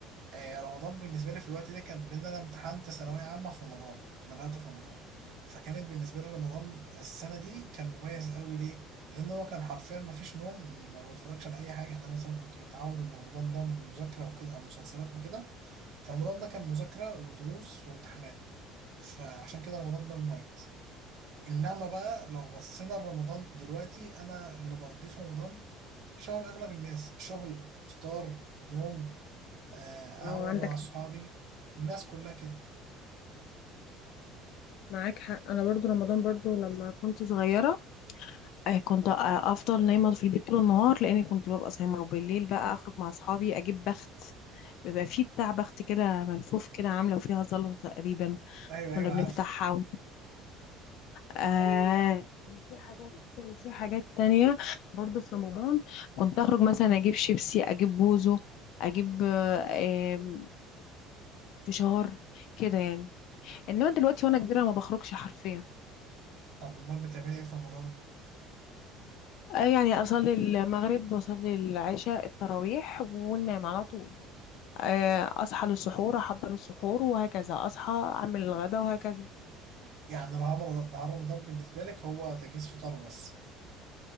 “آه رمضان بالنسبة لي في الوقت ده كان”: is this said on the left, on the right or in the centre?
Right